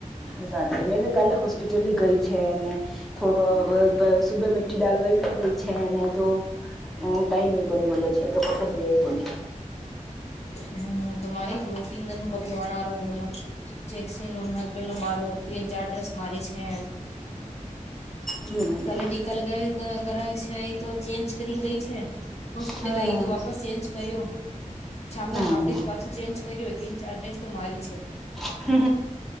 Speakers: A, in the centre; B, on the left.
A: એ વાત મેં ભી કાલે હોસ્પિટલ ગઈ છે, થોડો સુબે મી રીટી ડાલવા બી ગઈ છે ને, તો ટાઈમ એ કોને મળલો છે, તો પટલો ધોયા આવી કોનેહી.
B: હમ, તો મારે દો તીન જન નું કપડું અનારું હું. જેેક્સી ન હસબેન્ડ નું મારું તીન-ચાર ડ્રેસ મારી છે.
A: બ <unintelligible>
B: ટકા લ કર છે એ તો ચેન્જ કરી ગઈ છે. <unintelligible> હોસ્પિટલ
A: હા
B: આઈ તો, વાપસ ચેન્જ કર્યો. સામને
A: હા
B: હાડી જ પાછું ચેન્જ કરે હો, તીન-ચાર ડ્રેસ સ તો મારી છે.
A: હ,